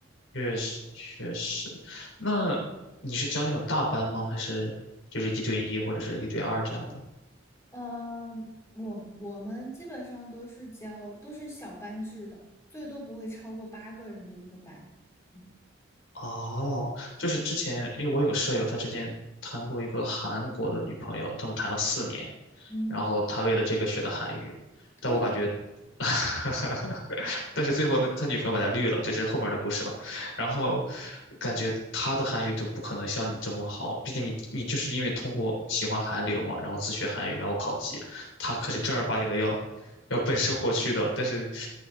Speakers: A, on the left; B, on the left.
A: 确实确实。那你是教那种大班吗？还是就是一对一或者是一对二这样的？
B: 嗯，我我们基本上都是教都是小班制的，最多不会超过八个人的一个班。嗯
A: 哦，就是之前因为我有个舍友，他之前谈过一个韩国的女朋友，他们谈了四年，
B: 嗯，
A: 然后他为了这个学的韩语，但我感觉，
B: 欧盟，
A: <laughs> 但是最后呢，他女朋友把他绿了，这是后面的故事了。然后感觉他的韩语就不可能像你这么好，毕竟你你就是因为通过喜欢韩流嘛，然后自学韩语，然后考级，他可是正儿八经的要要奔生活去的。但是，